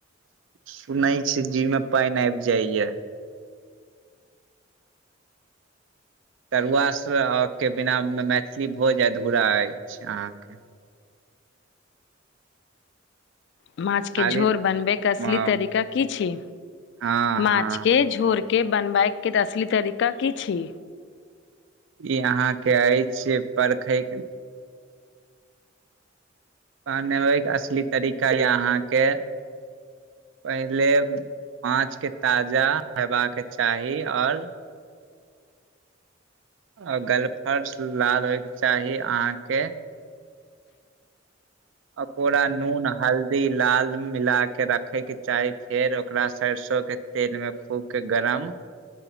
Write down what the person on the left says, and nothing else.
माछ
के झोर बनबे
के असली तरीका की छी
माछ के झोर के बनबैके असली तरीका की छी?